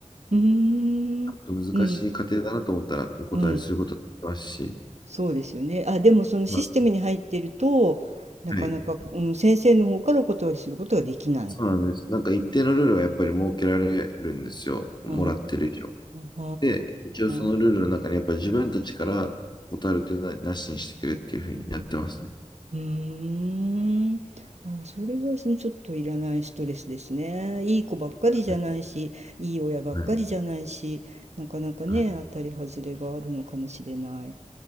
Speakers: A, on the right (about 65°); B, on the left (about 40°).
A: うーん、
B: ちょっと難しい過程だなと思ったらお答えすることができますし、
A: うん、うん。そうですよね。あ、でもそのシステムに入ってると、
B: ま
A: なかなか、
B: あはい。
A: うん、先生の方からお断りすることができない。
B: そうなんです。なんか一定のルールはやっぱり設けられるんですよ。もらってる以上。
A: ああ、は
B: で、一応そのルールの中にやっぱ自分たちから断るというのはなしにしてくれっていうふうにやってますね。
A: あ。うーん。あ、それはそのちょっといらないストレスですね。いい子ばっかりじゃないし、
B: はい。
A: いい親ばっかりじゃないし、
B: はい。
A: なかなかね、
B: はい
A: 当たり外れがあるのかもしれない。